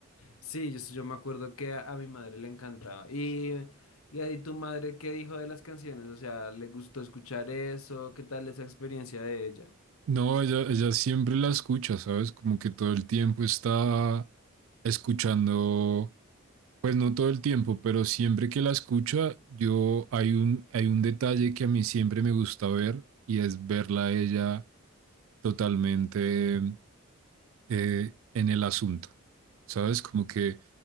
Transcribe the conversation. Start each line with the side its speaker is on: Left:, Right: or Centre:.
Left: Sí, yo, yo me acuerdo que a, a mi madre le encantaba. Y, y ahí tu madre, ¿qué dijo de las canciones? O sea, ¿le gustó escuchar eso? ¿Qué tal esa experiencia de ella?
Right: No, ella, ella siempre la escucha, ¿sabes? Como que todo el tiempo está escuchando, pues no todo el tiempo, pero siempre que la escucha, yo hay un, hay un detalle que a mí siempre me gusta ver y es verla a ella totalmente eh, en el asunto, ¿sabes? Como que